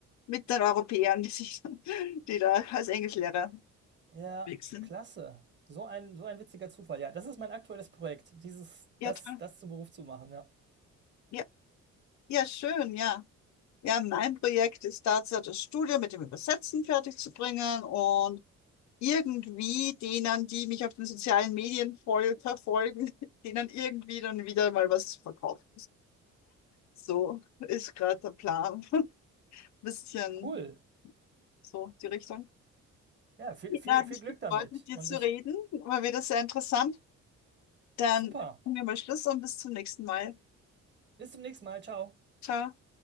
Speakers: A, on the left; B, on the right.
A: mit den Europäern, die sich, die da als Englischlehrer
B: ja,
A: unterwegs sind.
B: klasse. So ein, so ein witziger Zufall. Ja, das ist mein aktuelles Projekt, dieses,
A: Ja,
B: das,
A: toll.
B: das zum Beruf zu machen. Ja,
A: Ja. Ja, schön, ja. Ja, mein Projekt ist tatsächlich das Studium mit dem Übersetzen fertig zu bringen und irgendwie denen, die mich auf den sozialen Medien voll verfolgen, <laughs> denen irgendwie dann wieder mal was verkaufen. So ist gerade der Plan. <laughs> Bisschen
B: cool.
A: so die Richtung.
B: Ja, viel,
A: Ja,
B: viel,
A: hat
B: viel
A: mich
B: Glück
A: gefreut,
B: damit.
A: mit dir
B: Und
A: zu
B: ich
A: reden. War wieder sehr interessant. Dann
B: Super.
A: machen wir mal Schluss und bis zum nächsten Mal.
B: Bis zum nächsten Mal. Ciao.
A: Ciao.